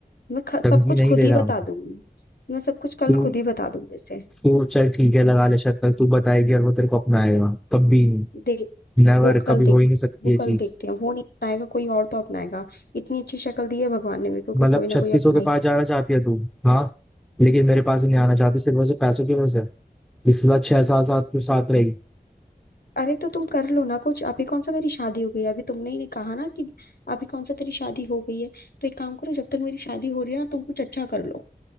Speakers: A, on the left (about 75°); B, in the centre.
A: मैं ख,
B: धमकी
A: सब कुछ
B: नहीं
A: खुद
B: दे
A: ही
B: रहा
A: बता
B: हूँ
A: दूंगी मैं सब कुछ कल
B: तू
A: खुद ही बता दूंगी उसे
B: तू चल ठीक है लगा ले शर्त पर तू बताएगी और वो तेरे को अपनाएगा कभी नहीं
A: देख
B: नेवर
A: वो
B: कभी
A: कल देख
B: हो ही नहीं सकती
A: वो
B: ये चीज
A: कल देखते हैं वो नहीं अपनाएगा कोई और तो अपनाएगा इतनी अच्छी शक्ल दी है भगवान ने मेरे को
B: मतलब
A: कि कोई ना
B: छत्तीसों
A: कोई अपना
B: के
A: ही
B: पास
A: लेगा
B: जाना चाहती है तू हाँ लेकिन मेरे पास ही नहीं आना चाहती सिर्फ वैसे पैसों की वजह से इसके साथ छह साल साथ तू साथ रहेगी
A: अरे तो तुम कर लो ना कुछ अभी कौन सा मेरी शादी हो गई है अभी तुमने ही कहा ना कि अभी कौन सा तेरी शादी हो गई है तो एक काम करो जब तक मेरी शादी हो रही है ना तुम कुछ अच्छा कर लो